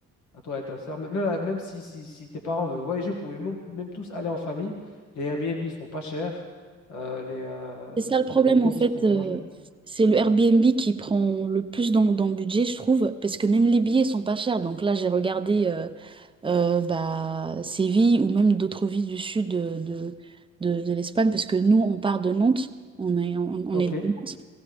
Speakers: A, on the left; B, on the right.
A: à toi et ta sœur, même, même même si, si, si tes parents veulent voyager, vous pouvez même, même tous aller en famille. Les Airbnb sont pas chers, euh, les, euh,
B: C'est
A: le-
B: ça le
A: le-
B: problème
A: les courses
B: en fait,
A: pour
B: euh,
A: manger.
B: c'est le Airbnb qui prend le plus dans, dans le budget, je trouve, parce que même les billets sont pas chers. Donc là, j'ai regardé euh, euh, bah, Séville ou même d'autres villes du sud de, de, de- de l'Espagne, parce que nous, on part de Nantes, on est, on, on
A: Ok.
B: est de Nantes,